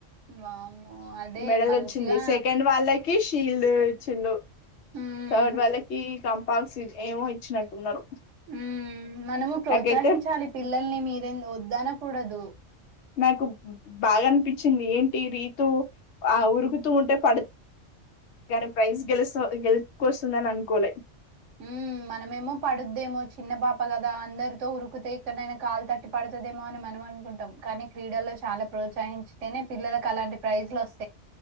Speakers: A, on the right (about 75°); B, on the left (about 70°).
A: వామ్మో అదే
B: మెడల్
A: మంచిగా
B: వచ్చింది సెకండ్ వాళ్ళ షీల్డ్ ఇచ్చిన్రు
A: ఉమ్
B: థర్డ్ వాళ్ళకి కం <unintelligible> ఏమో ఇచ్చినట్టున్నారు
A: ఉ మనము ప్రోత్సహించాలి
B: నాకైతే
A: పిల్లల్ని మీరే వద్దనకూడదు
B: నాకు బాగా అనిపించింది ఏంటి రీతు ఆ ఉరుకుతూ ఉంటే పడుతు కానీ ప్రైజ్ గెలుచ గెలుచూకొస్తుందని అనుకోలే
A: ఉ మనమేమో పడుద్దేమో చిన్న పాప కదా అందరితో ఉరుకితే ఎక్కడనైనా కాలు తట్టి పడుతుదేమో అని మనం అనుకుంటాం కానీ క్రీడల్లో చాలా ప్రోత్సహించ వస్తేనే పిల్లలకి అలాంటి ప్రైజలు వస్